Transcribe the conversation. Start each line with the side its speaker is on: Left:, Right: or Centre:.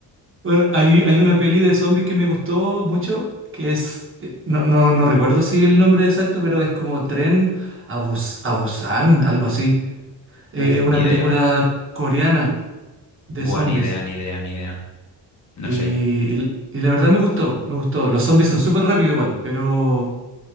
Right: Bueno, hay, hay una peli de zombies que me gustó mucho, que es, eh, no, no, no recuerdo si el nombre exacto, pero es como Tren a, Bus- a Busan, algo así. Eh,
Left: Uf,
Right: Es una
Left: ni
Right: película
Left: idea.
Right: coreana de
Left: Buah,
Right: zombies.
Left: ni idea, ni idea, ni idea.
Right: Y,
Left: No sé.
Right: y- y la verdad me gustó, me gustó. Los zombies son súper rápidos igual, pero,